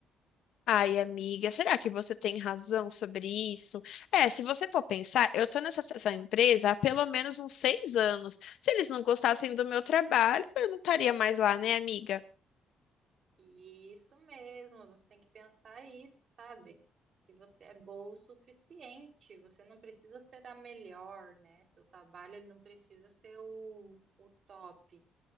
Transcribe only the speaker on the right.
Isso mesmo, você tem que pensar isso, sabe? Que você é bom o suficiente, você não precisa ser a melhor, né? Seu trabalho ele não precisa ser o, o top.